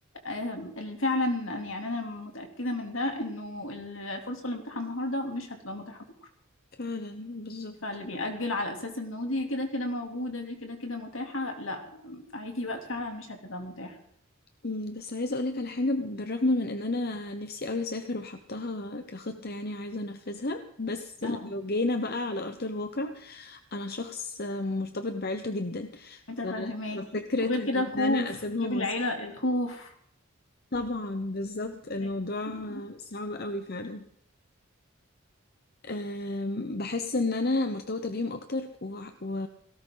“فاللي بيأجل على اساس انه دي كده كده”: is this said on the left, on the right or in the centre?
Left